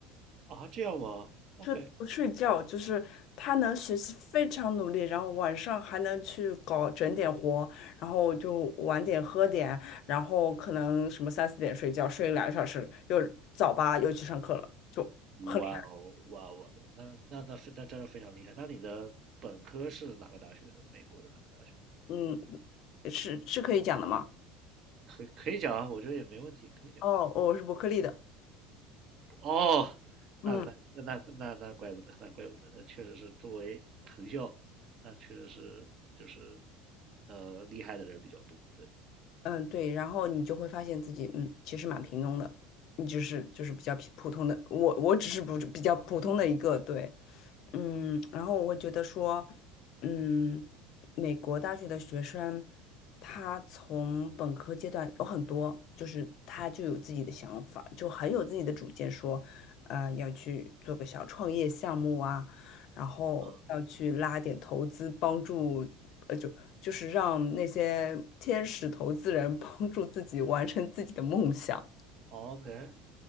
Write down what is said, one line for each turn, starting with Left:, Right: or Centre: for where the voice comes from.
Right: 啊，这样吗？OK，
Left: 就不睡觉，就是他能学习非常努力，然后晚上还能去搞整点活，然后就晚点喝点，然后可能什么三四点睡觉，睡两个小时，又早八又去上课了，就很厉害。
Right: 哇哦，哇哦，哇哦，那那那非那真的非常厉害。那你的本科是哪个大学的？美国的哪个大学？
Left: 嗯，是是可以讲的吗？
Right: 可以可以讲啊，我觉得也没问题，可以讲。
Left: 哦，我是伯克利的。
Right: 哦，
Left: 嗯
Right: 那那那那那那怪不得，那怪不得，那确实是作为藤校，那确实是就是呃厉害的人比较多。对，
Left: 嗯，对，然后你就会发现自己，嗯，其实蛮平庸的，你只是就是比较普普通的，我我只是不比较普通的一个，对。嗯，然后我会觉得说，嗯，美国大学的学生，他从本科阶段有很多，就是他就有自己的想法，就很有自己的主见，说，呃，要去做个小创业项目啊，然后要去拉点投资，
Right: 啊
Left: 帮助，呃，就就是让那些天使投资人 <laughs> 帮助自己完成自己的梦想。
Right: ，OK，